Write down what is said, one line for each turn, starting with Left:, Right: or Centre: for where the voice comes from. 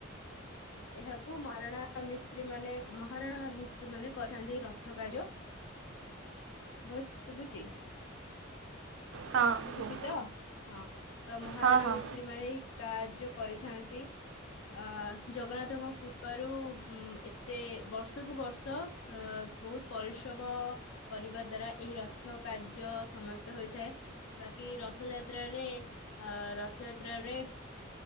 Left: ଏହାକୁ ମହାରଣା ମିସ୍ତ୍ରୀ ମାନେ ମହାରଣା ମିସ୍ତ୍ରୀ ମାନେ କରିଥାନ୍ତି ରଥ କାର୍ଯ୍ୟ ଭଏସସ୍ ଶୁଭୁଚି।
Right: ହଁ
Left: ଶୁଭୁଚି
Right: କୁହ।
Left: ତ? ହଁ। ତ ମହାରଣା
Right: ହଁ ହଁ
Left: ମିସ୍ତ୍ରୀ ମାରି କାର୍ଯ୍ୟ କରିଥାନ୍ତି ଆ ଜଗନ୍ନାଥଙ୍କ କୃପାରୁ ଉମ ଏତେ ବର୍ଷକୁ ବର୍ଷ ଏ ବହୁତ ପରିଶ୍ରମ କରିବା ଦ୍ଵାରା ଏହି ରଥ କାର୍ଯ୍ୟ ସମାପ୍ତ ହୋଇଥାଏ, ବାକି ରଥଯାତ୍ରାରେ ଅ ରଥଯାତ୍ରାରେ